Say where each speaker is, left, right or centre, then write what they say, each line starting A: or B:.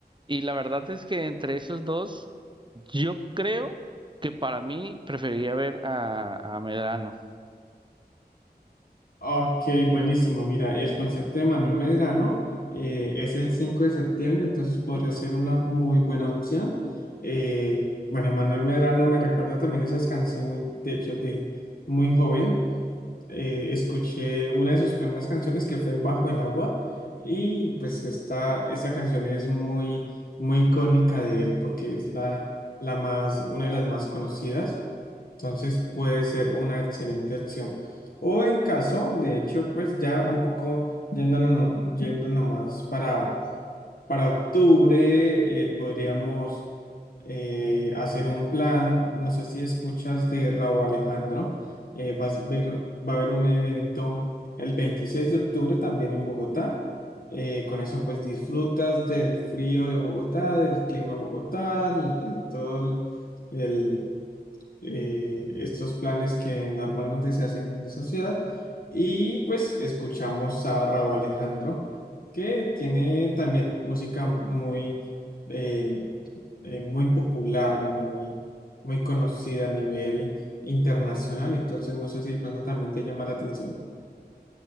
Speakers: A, on the right; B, on the left.
A: Y la verdad es que entre esos dos, yo creo que para mí preferiría ver a, a Medrano.
B: Ok, buenísimo. Mira, el concierto de Manuel Medrano eh, es el 5 de septiembre, entonces podría ser una muy buena opción. Eh, bueno, Manuel Medrano me recuerda también esas canciones, de hecho, de muy joven. eh, escuché una de sus primeras canciones que fue Bajo el agua y pues esta, esta canción es muy, muy icónica de él porque es la, la más, una de las más conocidas, entonces puede ser una excelente opción. O en caso, de hecho, pues ya un poco yéndonos, yendo nomás para, para octubre, eh, podríamos eh, hacer un plan, no sé si escuchas de Raúl Alejandro, eh, vas a ver, va a haber un evento el 26 de octubre también en Bogotá. Eh, con eso pues disfrutas del frío de Bogotá, del clima de Bogotá, el- todo el, el, eh, estos planes que normalmente se hacen en esa ciudad. Y pues escuchamos a Raúl Alejandro, que tiene también música muy... eh, eh, muy popular, muy, muy conocida a nivel internacional, entonces no sé si de pronto también te llama la atención.